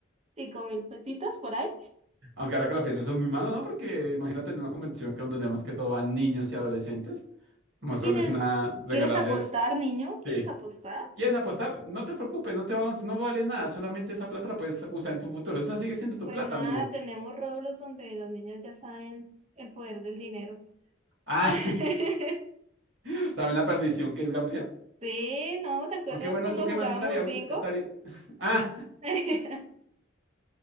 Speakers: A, on the right (about 35°); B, on the right (about 65°).
A: cinco mil pesitos por ahí.
B: aunque ahora que lo pienso, eso es muy malo, ¿no? Porque imagínate en una convención que donde más que todo van niños y adolescentes. mostrarles
A: ¿Quieres,
B: una, regalarles.
A: quieres apostar, niño? ¿Quieres
B: Sí.
A: apostar?
B: ¿Quieres apostar? No te preocupes, no te vamos, no vale nada, solamente esa plata la puedes usar en tu futuro. Esa sigue siendo tu
A: Pues
B: plata,
A: nada,
B: amigo.
A: tenemos Roblox donde los niños ya saben el poder del dinero.
B: Ah,
A: <laughs>
B: <laughs> ¿saben la perdición que es gamblear?
A: Sí, ¿no? ¿Te acuerdas
B: Aunque bueno,
A: cuando
B: ¿tú qué
A: jugábamos
B: más estaría, u-
A: bingo?
B: estaría? <laughs> Ah,
A: <laughs>